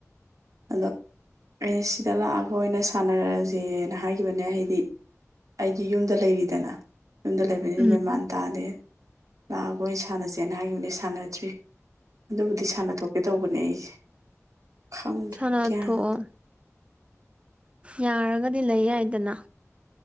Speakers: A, on the right; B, on the right.
A: ꯑꯗꯣ ꯑꯩꯅ ꯁꯤꯗ ꯂꯥꯛꯑꯒ ꯑꯣꯏꯅ ꯁꯥꯟꯅꯔꯖ‌ꯦꯅ ꯍꯥꯏꯈꯤꯕꯅꯦ ꯍꯥꯏꯗꯤ ꯑꯩꯗꯤ ꯌꯨꯝꯗ ꯂꯩꯔꯤꯗꯅ ꯌꯨꯝꯗ ꯂꯩꯕꯅꯤꯅ
B: ꯎꯝ
A: ꯃꯦꯟꯃꯥꯟ ꯇꯥꯗ‌ꯦ ꯂꯥꯛꯑꯒ ꯑꯣꯏ ꯁꯥꯟꯅꯁꯦꯅ ꯍꯥꯏꯈꯤꯕꯅꯦ ꯁꯥꯟꯅꯗ꯭ꯔꯤ ꯑꯗꯨꯕꯨꯗꯤ ꯁꯥꯟꯅ ꯊꯣꯛꯀꯦ ꯇꯧꯕꯅꯦ ꯑꯩꯁꯦ ꯈꯪꯗ꯭ꯔꯦ
B: ꯁꯥꯟꯅ
A: ꯒ꯭ꯌꯥꯟ
B: ꯊꯣꯛꯑꯣ ꯌꯥꯔꯒꯗꯤ ꯂꯩ ꯌꯥꯏꯗꯅ